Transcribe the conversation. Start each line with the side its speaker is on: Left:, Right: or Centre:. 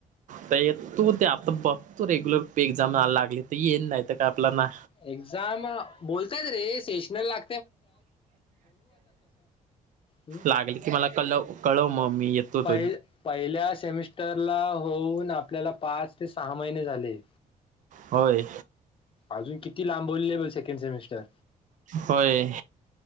Right: तर तू ते आता बघ तो रेग्युलर एक्झामयला लागली तर येईन नाही तर काय आपला ना
Left: एक्झाम बोलतायात रे सेशनल लाग हं.
Right: लागल की मला कल कळव मग मी येतो
Left: पहि
Right: तो
Left: पहिल्या सेमिस्टरला होऊन आपल्याला पाच ते सहा महिने झाले
Right: होय
Left: अजून किती लांबव ब सेकंड सेमिस्टर
Right: होय